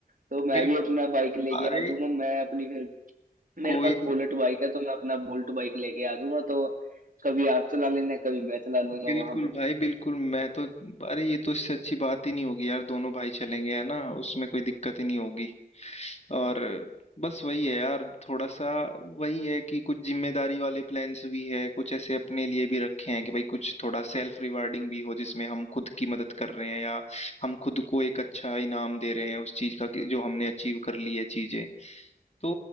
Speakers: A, on the right; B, on the left.
A: तो मैं
B: बिल्कुल
A: भी अपना बाइक लेके
B: अरे
A: आ जाऊंगा मैं अपनी फिर मेरे
B: कोई
A: पास बुलेट बाइक है तो मैं अपना बुलेट बाइक लेके आ जाऊंगा तो कभी आप चला लेना कभी मैं चला लूंगा
B: बिल्कुल
A: वहां पे
B: भाई बिल्कुल मैं तो अरे ये तो इससे अच्छी बात ही नहीं होगी यार दोनों भाई चलेंगे है ना उसमें कोई दिक्कत ही नहीं होगी और बस वही है यार थोड़ा सा वही है कि कुछ जिम्मेदारी वाले प्लान्स भी है कुछ ऐसे अपने लिए भी रखे हैं कि भाई कुछ थोड़ा सेल्फ रिवार्डिंग भी हो जिसमें हम खुद की मदद कर रहे हैं या हम खुद को एक अच्छा इनाम दे रहे हैं उस चीज का कि जो हमने अचीव कर ली है चीजें तो